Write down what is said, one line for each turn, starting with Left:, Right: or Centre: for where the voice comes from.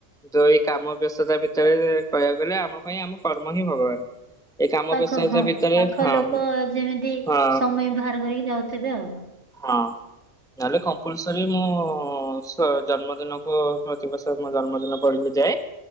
Centre: ତ ଏଇ କାମ ବ୍ୟସ୍ତତା ଭିତରେ କହିବାକୁ ଗଲେ ଆମ ପାଇଁ ଆମ କର୍ମ ହିଁ ଭଗବାନ। ଏଇ କାମ
Right: ପାଖ
Centre: ବ୍ୟସ୍ତତା
Right: ହଁ
Centre: ଭିତରେ
Right: ପାଖ
Centre: ହଁ
Right: ଲୋକ ଯେମିତି
Centre: ହଁ
Right: ସମୟ ବାହାର କରିକି ଯାଉଥିବେ ଆଉ।
Centre: ହଁ। ନହେଲେ କମ୍ପଲସରି ମୁଁ ସ ଜନ୍ମଦିନକୁ ପ୍ରତିବର୍ଷ ମୋ ଜନ୍ମଦିନ। ପଡିଲେ ଯାଏ